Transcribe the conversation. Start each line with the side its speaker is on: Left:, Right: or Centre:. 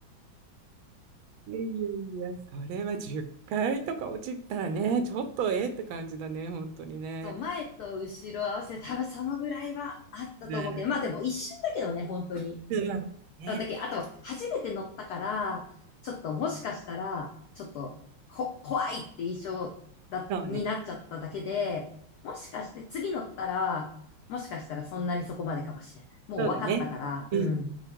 Right: いやいやいや、それは10回とか落ちたらね、ちょっとええって感じだね、本当にね。
Left: <laughs> そう、前と後ろ合わせて多分そのぐらいはあったと思うけど、
Right: ね、
Left: まあでも一瞬だけどね、本当に。
Right: うんまあね、
Left: そう、だけあと、初めて乗ったから、ちょっともしかしたら、ちょっと、こ、怖いって印象だ、
Right: そうね、
Left: になっちゃっただけで、もしかして次乗ったら、もしかしたらそんなにそこまでかもしれない。もう分かったから、
Right: そうだね。
Left: うん。
Right: うん、